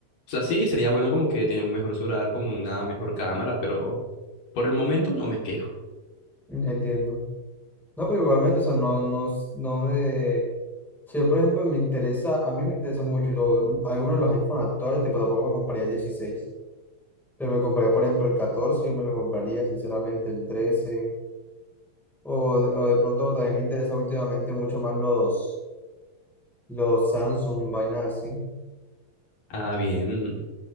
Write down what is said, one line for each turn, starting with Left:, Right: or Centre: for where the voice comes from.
Left: O sea, sí, sería bueno como que tener un mejor celular con una mejor cámara, pero por el momento no me quejo.
Centre: Entiendo. No, pero igualmente, o sea, no, no, no me Sí, por ejemplo, me interesa, a mí me interesa mucho lo, algunos de los iPhone actuales, tipo, tampoco me compraría el dieciséis pero me compraría, por ejemplo, el catorce yo me lo compraría, sinceramente, el trece o, de- o de pronto también me interesa últimamente mucho más los, los Samsung, vainas así.
Left: Ah, bien.